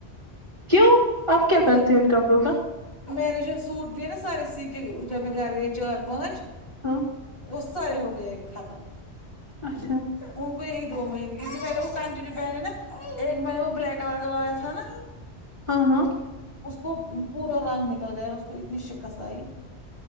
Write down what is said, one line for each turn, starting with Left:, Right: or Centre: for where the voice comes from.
Right: کیوں آپ کیا کرتے
Left: دیکھو
Right: ہو ان کپڑوں کا
Left: میں نے جو سوٹ لے نا سارے سی کے جب میں گھر گئی چار پانچ
Right: ہاں
Left: اس سارے ہو گئے ختم
Right: اچھا
Left: ان کو یہی دو مہینے کیونکہ میں نے وہ کنٹینیو پہنے نا ایک میں نے وہ بلیک کلر کروایا تھا نا
Right: ہاں ہاں
Left: اس کو پورا رنگ نکل گیا اس کو اتنی شکست آئی